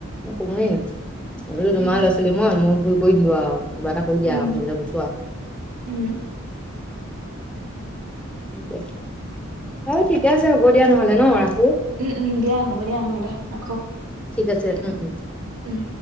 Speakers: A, in the centre; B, on the right (about 80°).
A: তুমি, বোলোঁ
B: উম
A: তোমাৰ ল'ৰা-ছোৱালী মই, মই ভুল কৰি দিলোঁ আৰু। কিবা এটা কৰি
B: উম
A: দিয়া আৰু মোক এতিয়া বছোৱা।
B: উম!
A: বাৰু ঠিকে আছে, হ'ব দিয়া নহ'লে ন' আৰু।
B: উম-উম, দিয়া হ'ব দিয়া, নহ'লে ৰাখোঁ।
A: ঠিক আছে, উম-উম।
B: উম!